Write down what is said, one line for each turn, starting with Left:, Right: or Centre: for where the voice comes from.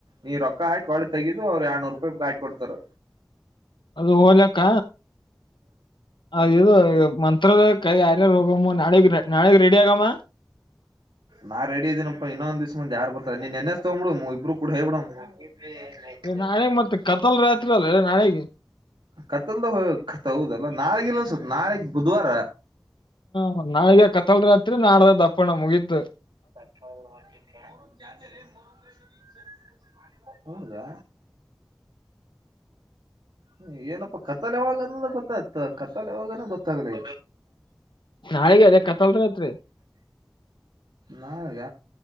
Right: ನೀ ರೊಕ್ಕ ಹಾಕಿ ಕಳಿ ತೆಗಿದು ಅವ್ರು ಎರಡುರ್ನೂರು ರೂಪಾಯಿ ಹಾಕಿ ಕೊಡ್ತಾರೆ.
Left: ಅದು ಹೋಲಕ್ಕ ಅ ಇದು ಏಕ್ ಮಂತ್, ಹ ಕೈ ಹಾಗೆ ಹೋಗುಮ್ ನಾಳೆಗೆ ನಾಳೆೆಗೆ ರೆಡಿ ಆಗಮ್ಮ
Right: ನಾ ರೆಡಿ ಇದೀನಪ್ಪ ಇನ್ನೊಂದ್ ದಿವಸ ಮುಂದ್ದೆ ಯಾರ ಬರ್ತಾರೆ ನೀನ್ ಹೆನ್ ಹೆಸ್ ತಗೊಂಡ್ಬಿಡು ಇಬ್ಬರು ಕೂಡ ಹೇ ಬ್ರಿಡನ್. ಬಿಡ್
Left: ಏ, ನಾಳೆಗ್ ಮತ್ ಕತಲ್ ರಾತ್ರಿ ಅಲ್ಲ ನಾಳೆಗೆ
Right: ಕತ್ತಲ್ದ ಕತ್ತದಲ್ಲ ನ ಇಲ್ಲೊಂದು, ನಾಳಿಗ್ ಬುಧವಾರ.
Left: ಹ ನಾಳಿಗ ಕತ್ತಲ್ ರಾತ್ರಿ ನಾಡ್ದ ದಪ್ಪಣ ಮುಗೀತ್.
Right: <inaudible> ಹೌದಾ. ಹ್ಮ ಏನಪ್ಪಾ ಕತ್ತಲ್ ಯಾವಾಗ. <inaudible> ಅವಾಗನ ಗೊತ್ತಾಗ್ಲಿ.
Left: ನಾಳೆಗೆ ಅದೇ ಕತಲ್ ರಾತ್ರಿ
Right: ನಾವಿಗ.